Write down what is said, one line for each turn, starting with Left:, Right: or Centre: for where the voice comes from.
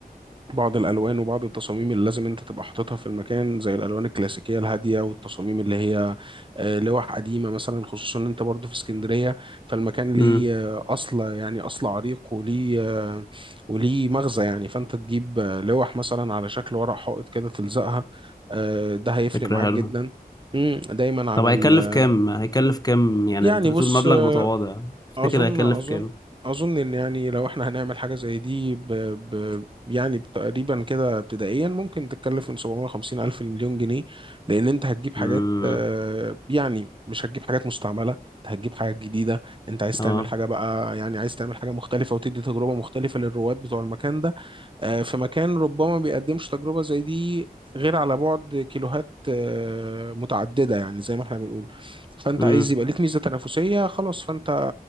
Right: بعض الالوان وبعض التصاميم اللي لازم انت تبقى حاططها في المكان زي الالوان الكلاسيكيه الهاديه والتصاميم اللي هي آه، لوح قديمه مثلا خصوصا ان انت برضو في اسكندريه فالمكان ليه
Left: امم
Right: آه، اصل يعني اصل عريق وليه آه، وليه مغزى يعني فانت تجيب آه، لوح مثلا على شكل ورق حائط كده تلزقها آه، ده هيفرق
Left: فكرة
Right: معاك
Left: حلوة
Right: جدا مم، دايما على
Left: طب هيكلف
Right: ال
Left: كام هيكلف كام يعني
Right: يعني
Left: انت بتقول
Right: بص
Left: مبلغ
Right: آه،
Left: متواضع تفتكر
Right: اظن
Left: هيكلف
Right: اظن
Left: كام
Right: اظن ان يعني لو احنا هنعمل حاجه زي دي ب... ب... يعني تقريبا كده ابتدائيا ممكن تتكلف من 750 الف لمليون جنيه لان انت هتجيب حاجات
Left: امم
Right: آه، يعني مش هتجيب حاجات مستعمله انت هتجيب حاجات جديده انت عايز
Left: اه
Right: تعمل حاجه بقى يعني عايز تعمل حاجه مختلفه وتدي تجربه مختلفه للرواد بتوع المكان ده آه، في مكان ربما بيقدمش تجربة زي دي غير على بعد كيلوهات آه، متعددة يعني زي ما احنا بنقول فانت
Left: امم
Right: عايز يبقى ليك ميزة تنافسية خلاص فانت